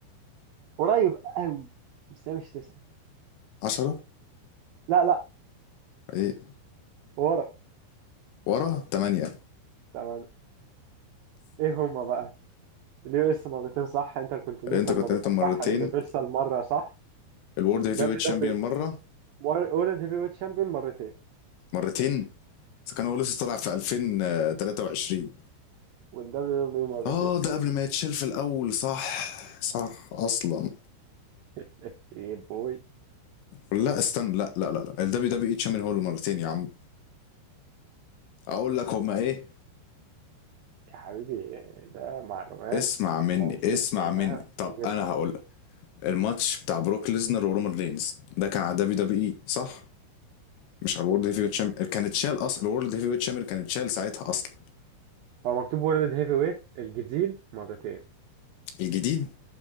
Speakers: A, on the right (about 75°); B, on the left (about 75°).
A: قريب قوي بس هي مش تسعة
B: عشرة
A: لا لا
B: ايه
A: ورا
B: ورا تمانية
A: تمام ايه هما بقى اليو اس مرتين صح انتركونتيننتال
B: الانتركونتيننتال
A: مرتين
B: مرتين
A: صح اليونيفرسال مرة صح
B: الورد هيفي
A: دبليو
B: ويت تشامبيون
A: دبليو
B: مرة
A: وورلد هيفي ويت شامبيون مرتين
B: مرتين فكان هو لسه طالع في 2023
A: والدبليو دبليو مرتين
B: اه ده قبل ما يتشال في الاول صح صح اصلا
A: <laughs> ايه بوي
B: لا استنى لا لا لا لا الدبليو دبليو اي تشامبيون هو اللي مرتين يا عم اقول لك هما ايه
A: يا حبيبي ده معلومات
B: اسمع مني
A: موثوق
B: اسمع
A: منها
B: مني طب
A: جدا
B: انا هقول لك الماتش بتاع بروك ليزنر ورومان رينز ده كان على دبليو دبليو اي صح مش على الورد هيفي ويت شامبيون كان اتشال اصلا الورد هيفي ويت شامبيون كان اتشال ساعتها اصلا
A: هو مكتوب وورلد هيفي ويت الجديد مرتين
B: الجديد